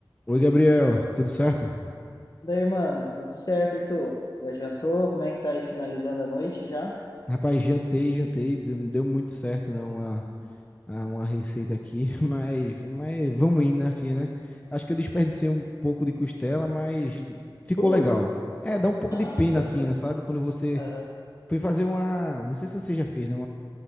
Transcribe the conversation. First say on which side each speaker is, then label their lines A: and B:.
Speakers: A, on the left (about 15°); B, on the left (about 50°).
A: Oi, Gabriel, tudo certo?
B: Daí, mano, tudo certo, e tu? Já jantou? Como é que tá aí finalizando a noite já?
A: Rapaz, jantei, jantei, deu, deu muito certo, né? Uma, a- uma receita aqui, <laughs> mas, mas vamos indo, né, assim, né? Acho que eu desperdicei um pouco de costela, mas ficou
B: Putz!
A: legal. É, dá um pouco
B: Ah,
A: de pena,
B: tá,
A: assim,
B: tá.
A: né, sabe? Quando você
B: Aham.
A: foi fazer uma. Não sei se você já fez, né?